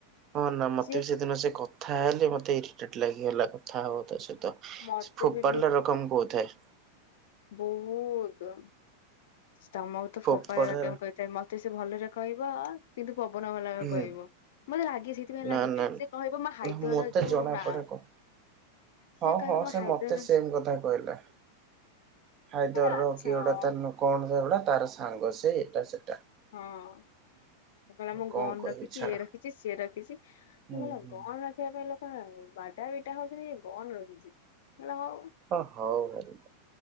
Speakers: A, on the right; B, on the left.
A: ହଁ ନା ମତେ
B: ସିଏ
A: ବି ସେଦିନ ସେ କଥା ହେଲେ ମତେ ଇରିଟେଟ ଲାଗିଗଲା କଥା ହବାକୁ ତା ସହିତ। ତ
B: ମତେ
A: ସେ ଫୋପାଡିଲା
B: ବି
A: ରକମ କହୁଥାଏ।
B: ବୋହୁତ। ତମକୁ ତ ଫୋପାଡିଲା
A: ଫୋପାଡା
B: ରକମ କହିଥାଏ ମତେ ସେ ଭଲରେ କହିବ କିନ୍ତୁ ପବନ ବାଲା
A: ହୁଁ
B: କହିବ। ମତେ ଲାଗେ ସେଇଥିପାଇଁ
A: ନା
B: ଲାଗେ
A: ନା
B: ସେ କହିବ ମା ହାଇଦ୍ୱାର
A: ମତେ
B: ଯୋଉ
A: ଜଣା
B: ନା
A: ପଡେ କ
B: ସେ
A: ହଁ
B: କହିବ
A: ହଁ
B: ମୋ
A: ସେ
B: ହାଇଦର
A: ମତେ ସେମ୍ କଥା କହିଲା। ହାଇ ଦର
B: ଆଚ୍ଛା
A: ର କି
B: ହଁ
A: <unintelligible> ତା କଣଟା ତାର ସାଙ୍ଗ ସେ ଏଇଟା ସେ
B: ହଁ ହୁଁ। ସେ କହିଲା ମୁଁ
A: କଣ
B: ଗନ୍
A: କହିବି
B: ରଖିଛି
A: ଛାଡ
B: ଇଏ ରଖିଛି ସିଏ ରଖିଛି <unintelligible>
A: ହୁଁ ହୁଁ
B: ଗଣ ରଖି ସେ କହିଲା ପା ବାଡାପିଟା ହୋଉଛନ୍ତି କନ ରଖିଛି <unintelligible>
A: ହ ହଉ <unintelligible>